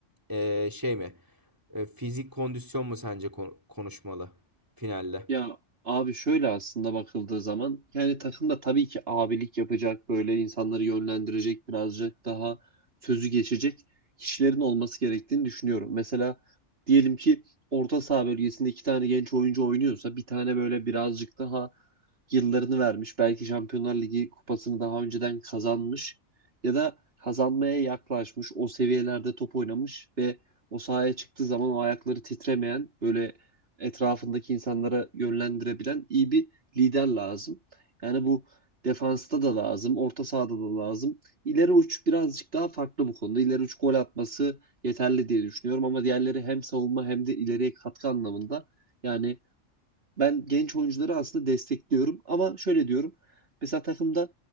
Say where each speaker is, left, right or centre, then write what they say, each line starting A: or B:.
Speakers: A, on the right (about 15°); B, on the right (about 50°).
A: e, şey mi? E, fizik kondisyon mu sence kon- konuşmalı finalde?
B: Ya abi şöyle aslında bakıldığı zaman yani takımda tabii ki abilik yapacak böyle insanları yönlendirecek birazcık daha sözü geçecek kişilerin olması gerektiğini düşünüyorum. Mesela diyelim ki orta saha bölgesinde iki tane genç oyuncu oynuyorsa bir tane böyle birazcık daha yıllarını vermiş belki Şampiyonlar Ligi kupasını daha önceden kazanmış ya da kazanmaya yaklaşmış o seviyelerde top oynamış ve o sahaya çıktığı zaman o ayakları titremeyen böyle etrafındaki insanlara yönlendirebilen iyi bir lider lazım. Yani bu defansta da lazım, orta sahada da lazım. İleri uç birazcık daha farklı bu konuda. İleri uç gol atması yeterli diye düşünüyorum ama diğerleri hem savunma hem de ileriye katkı anlamında yani ben genç oyuncuları aslında destekliyorum ama şöyle diyorum. Mesela takımda